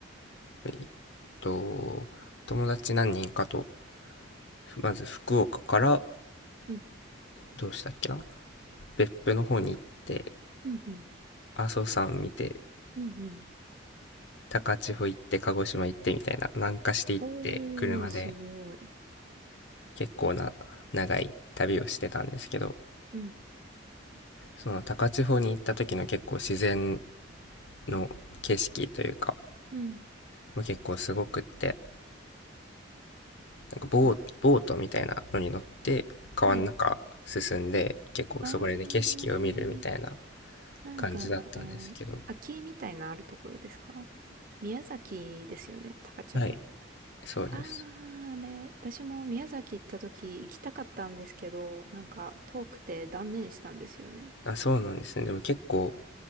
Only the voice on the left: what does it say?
えっと友達何人かとまず福岡から
どうしたっけな別府の方に行って
阿蘇山見て
高千穂行って鹿児島行ってみたいな南下して行って車で
結構な長い旅をしてたんですけど
その高千穂に行った時の結構自然の景色というか
もう結構すごくってなんかボー、
ボートみたいなのに乗って川の中進んで結構そこで景色を見るみたいな
感じだったんですけど。
はい、そうです。
あ、そうなんですね。でも結構